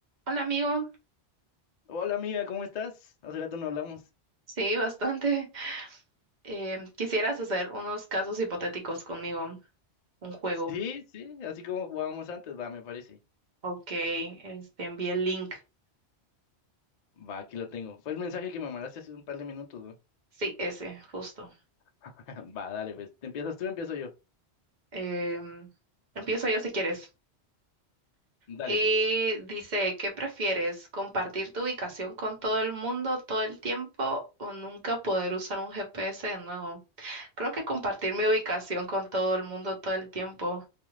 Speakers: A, on the right; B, on the left.
A: Hola amigo,
B: Hola amiga, ¿cómo estás? Hace rato no hablamos.
A: sí, bastante. <laughs> Em, ¿quisieras hacer unos casos hipotéticos conmigo? Un juego.
B: Sí, sí, así como jugábamos antes, va, me parece.
A: Ok, este, envié el link.
B: Va, aquí lo tengo. Fue el mensaje que me mandaste hace un par de minutos, ¿no?
A: Sí, ese, justo.
B: <laughs> Va, dale, pues. ¿Te empiezas tú, o empiezo yo?
A: Em, empiezo yo si quieres.
B: Dale,
A: Y
B: pues.
A: dice, ¿qué prefieres? ¿Compartir tu ubicación con todo el mundo todo el tiempo o nunca poder usar un GPS de nuevo? Creo que compartir mi ubicación con todo el mundo todo el tiempo.